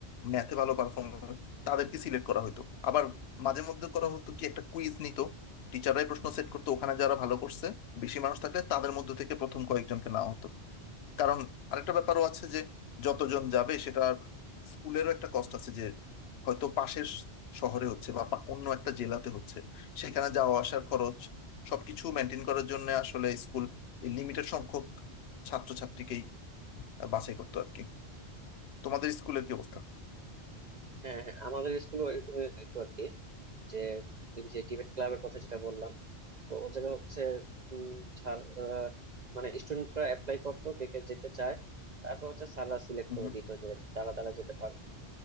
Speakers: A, on the left; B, on the right.
A: ম্যাথে ভালো পারফরমেন্স তাদেরকে সিলেক্ট করা হতো আবার মাঝে মধ্যে করা হতো কি একটা কুইজ নিত টিচাররাই প্রশ্ন সেট করতো ওখানে যারা ভালো করছে বেশি মানুষ থাকলে তাদের মধ্যে থেকে প্রথম কয়েকজনকে নেওয়া হতো কারণ আরেকটা ব্যাপারও আছে যে যতজন যাবে সেটা স্কুলেরও একটা কষ্ট আছে যে হয়তো পাশের শহরে হচ্ছে বা পা- অন্য একটা জেলাতে হচ্ছে সেখানে যাওয়া আসার খরচ সবকিছু মেনটেন করার জন্য আসলে স্কুল লিমিটেড সংখ্যক ছাত্রছাত্রীকেই বাছাই করতো আর কি তোমাদের স্কুলের কি অবস্থা
B: হ্যাঁ হ্যাঁ আমাদের স্কুলে এরকম হইতো আর কি যে এই যে ডিবেট ক্লাবের কথা যেটা বললাম তো ও জায়গায় হচ্ছে উম, ছাড়- আহ, মানে স্টুডেন্টরা অ্যাপ্লাই করতো কে কে যেতে চায় তারপর হচ্ছে সালা সিলেক্ট
A: হুম
B: করে দিত যে তারা তারা যেতে পারবে